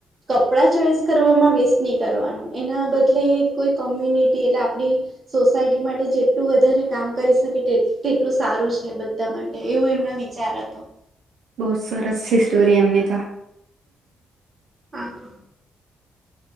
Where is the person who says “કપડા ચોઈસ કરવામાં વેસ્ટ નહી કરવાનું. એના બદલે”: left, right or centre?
Right